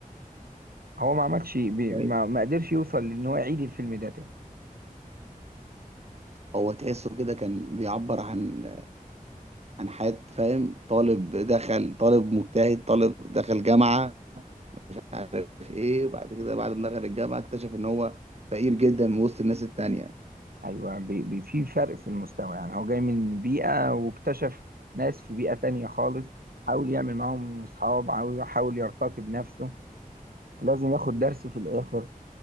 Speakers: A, on the right; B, on the right.
A: هو ما عملش بي-
B: طيب.
A: ما ما قدرش يوصل لان هو يعيد الفيلم ده تاني
B: هو تحسه كده كان بيعبر عن عن حياة فاهم طالب دخل طالب مجتهد طالب دخل جامعة عارف ايه وبعد كده بعد ما دخل الجامعه اكتشف ان هو فقير جدا من وسط الناس التانية
A: ايوه بي بي في فرق في المستوى يعني هو جاي من بيئه واكتشف ناس في بيئه تانية خالص حاول يعمل معاهم اصحاب عاوز حاول يرتقي بنفسه ولازم ياخد درس في الاخر